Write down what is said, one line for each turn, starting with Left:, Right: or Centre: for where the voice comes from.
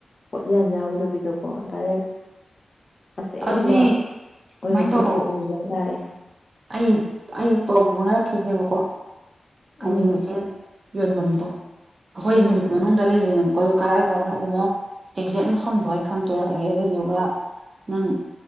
Left: ꯄꯣꯠꯌꯥꯟ ꯌꯥꯎꯗꯕꯤꯗꯀꯣ ꯗꯥꯏꯔꯦꯛ ꯑꯁꯦꯡꯕ
Right: ꯑꯗꯨꯗꯤ
Left: ꯑꯣꯏꯅ
Right: ꯁꯨꯃꯥꯏꯅ
Left: ꯄꯨꯊꯣꯛꯅꯤꯡꯕ
Right: ꯇꯧꯔꯛꯑꯣ
Left: ꯍꯥꯏꯇꯥꯥꯔꯦ
Right: ꯑꯩ ꯑꯩ ꯄꯥꯎ ꯐꯥꯎꯅꯔꯛꯈꯤꯒꯦꯕꯀꯣ ꯍꯥꯏꯗꯤ
Left: ꯎꯝ
Right: ꯃꯦꯆꯤꯟ ꯌꯣꯟꯕꯝꯗꯣ ꯑꯈꯣꯏ
Left: ꯎꯝ
Right: ꯃꯅꯤꯄꯨꯔ ꯃꯅꯨꯡꯗ ꯂꯩꯕꯅꯦꯕꯀꯣ ꯑꯗꯨꯝ ꯀꯔꯥꯏ ꯖꯒꯥꯗꯅꯣ ꯑꯦꯛꯖꯦꯛ ꯃꯐꯝꯗꯣ ꯑꯩ ꯈꯪꯇꯣꯔꯛꯑꯒꯦ ꯑꯗꯨꯗꯨꯒ ꯅꯪ